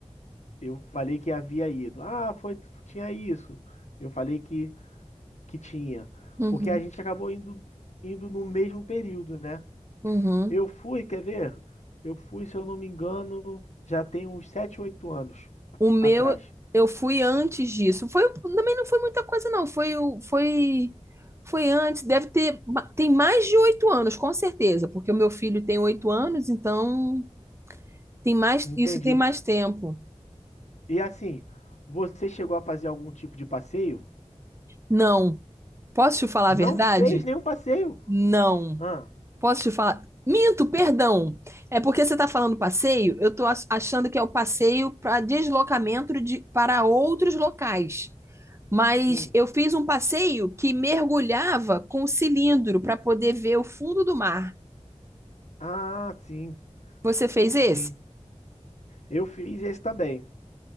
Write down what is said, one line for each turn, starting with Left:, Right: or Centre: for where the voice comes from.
Left: Eu falei que havia ido. Ah, foi, tinha isso. Eu falei que que tinha.
Right: uhum,
Left: Porque a gente acabou indo, indo no mesmo período, né?
Right: uhum.
Left: Eu fui, quer ver? Eu fui, se eu não me engano, já tem uns 7, 8 anos a-
Right: O meu,
Left: atrás.
Right: eu fui antes disso. Foi, também não foi muita coisa, não. Foi, o- foi, foi antes. Deve ter, ma- tem mais de oito anos, com certeza, porque o meu filho tem oito anos, então tem mais,
Left: Entendi.
Right: isso tem mais tempo.
Left: E assim, você chegou a fazer algum tipo de passeio?
Right: Não. Posso te falar
Left: Não
Right: a verdade?
Left: fez nenhum passeio?
Right: Não.
Left: Ah,
Right: Posso te falar? Minto, perdão. É porque você está falando passeio, eu estou achando que é o passeio para deslocamento de, para outros locais. Mas
Left: sim.
Right: eu fiz um passeio que mergulhava com um cilindro para poder ver o fundo do mar.
Left: Ah, sim,
Right: Você fez esse?
Left: sim. Eu fiz esse também.